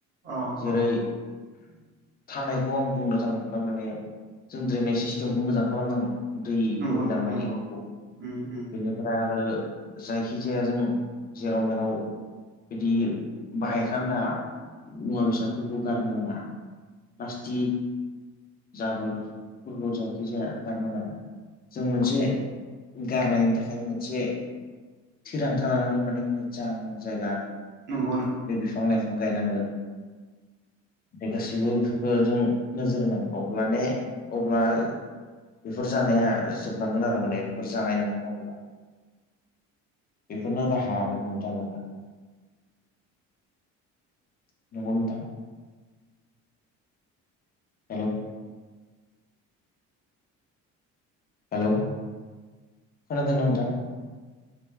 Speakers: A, on the right; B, on the left.
A: अ
B: जेरै
A: अ
B: थानायखौ आं बुंनो थाङोब्ला माने जों ड्रेनेज सिस्टेमखौ मोजां खालामनांगोन। दै
A: नंगौ
B: बोहैलांनायखौ
A: नोंथां नंगौ उम उम
B: बेनिफ्राय आरो जायखि जाया जों जेराव मेराव बिदि बाहायखान्दा मुवा बेसादफोरखौ गारनो नाङा। प्लास्टिक जाबजाखि जाया गारनो नांआ। जों मोनसे गारनायनि थाखाय मोनसे थिरांथा लानांगोन माने। जां जाय
A: नंगौ नोंथां।
B: बे बिफां लाइफां गायनांगोन बे गासैबो बे जों नोजोर होनांगोन अल्बाने अब्ला बेफोर जानाया जोबलांगोन आरो माने बेफोर जानाय नङोन अब्ला बेफोरनो राहा आरो बुंनो थाङोब्ला। <unintelligible> हेल' खोनादों नोंथां?